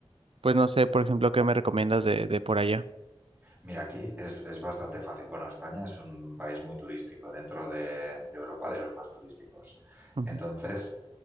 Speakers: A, on the right; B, on the right.
A: pues no sé, por ejemplo, ¿qué me recomiendas de, de por allá?
B: Mira, aquí es, es bastante fácil. Bueno, España es un país muy turístico, dentro de, de Europa de los más turísticos.
A: Ujú,
B: Entonces,